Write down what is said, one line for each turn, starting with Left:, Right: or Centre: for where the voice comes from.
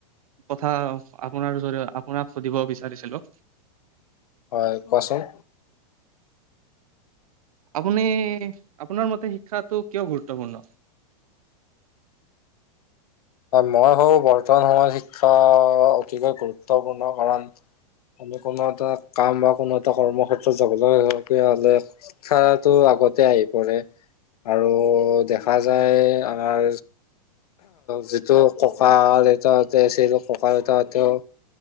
Right: কথা আপোনাৰ জৰিয় আপোনাক সুধিব বিচাৰিছিলোঁ।
Left: হয় কোৱাচোন।
Right: আপুনি- আপোনাৰ মতে শিক্ষাটো কিয় গুৰুত্বপূৰ্ণ?
Left: মই ভাবো বৰ্তমান সময়ত শিক্ষা অতিকৈ গুৰুত্বপূৰ্ণ কাৰণ। মানে কোনো এটা কাম বা কোনো এটা কৰ্মক্ষেত্ৰত যাবলৈ লগীয়া হ'লে শিক্ষাটো আগতে আহি পৰে। আৰু দেখা যায়
Right: হয়
Left: আমাৰ যিটো ককা-দেউতাহঁতে আছিল, ককা-দেউতাহঁতেও